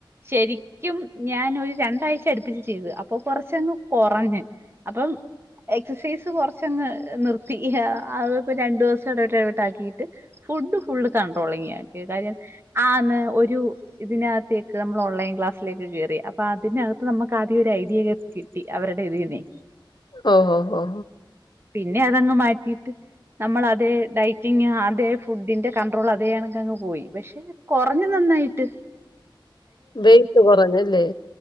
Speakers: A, on the right; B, on the left.
A: ശരിക്കും ഞാനൊരു രണ്ടാഴ്ച അടുപ്പി ചെയ്ത്. അപ്പൊ കുറച്ചങ്ങ് കുറഞ്ഞ് അപ്പം എക്സസൈസ് കുറച്ചങ്ങ് നിർത്തി. ഇപ്പൊ രണ്ടു ദിവസം ഇടവിട്ട് ഇടവിട്ടാക്കിട്ട് ഫുഡ് ഫുള്ള് കൺട്രോളിങ് ആക്കി. കാര്യം ആന്ന് ഒരു ഇതിനകത്തേക്ക് നമ്മൾ ഓൺലൈൻ ക്ലാസ്സിലേക്ക് കേറി. അപ്പൊ അതിനകത്ത് നമുക്ക് ആദ്യ ഒരു ഐഡിയെയെ കിട്ടി അവരുടെ ഇതീന്നെ.
B: ഓ ഓ ഓ
A: പിന്നെ അതങ്ങ് മാറ്റിയിട്ട് നമ്മൾ അതേ ഡയറ്റിങ് അതെ ഫുഡിന്റെ കൺട്രോൾ അതേ കണക്ക് അങ്ങ് പോയി. പക്ഷെ കുറഞ്ഞ് നന്നായിട്ട്.
B: വെയിറ്റ് കുറഞ്ഞല്ലേ?